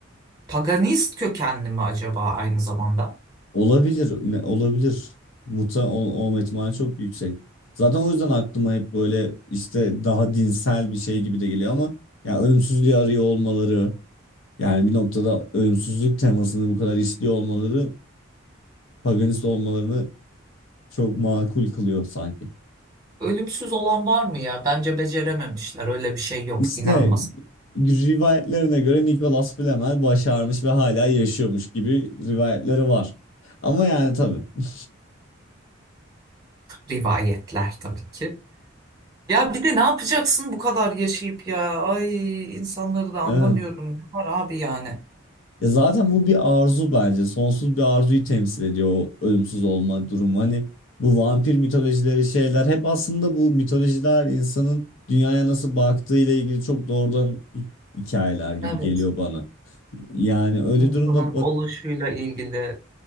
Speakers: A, on the right; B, on the left.
A: Paganist kökenli mi acaba aynı zamanda?
B: Olabilir, ne, olabilir. Muta ol- olma ihtimali çok yüksek. Zaten o yüzden aklıma hep böyle işte daha dinsel bir şey gibi de geliyor ama yani ölümsüzlüğü arıyor olmaları, yani bir noktada ölümsüzlük temasını bu kadar işliyor olmaları, paganist olmalarını çok makul kılıyor sanki.
A: Ölümsüz olan var mı ya? Bence becerememişler. Öyle bir şey yok.
B: işte
A: İnanmasak.
B: rivayetlerine göre Nicholas Flamel başarmış ve hala yaşıyormuş gibi rivayetleri var. Ama yani tabii. <laughs>
A: Rivayetler tabii ki. Ya bir de ne yapacaksın bu kadar yaşayıp ya? Ay insanları da anlamıyorum.
B: Evet.
A: Ne var abi yani?
B: Ya zaten bu bir arzu bence. Sonsuz bir arzuyu temsil ediyor o ölümsüz olma durumu. Hani bu vampir mitolojileri şeyler hep aslında bu mitolojiler insanın dünyaya nasıl baktığı ile ilgili çok doğrudan hi- hikayeler gibi
A: Evet.
B: geliyor bana. Yani öyle
A: insanın
B: durumda bak
A: oluşuyla ilgili,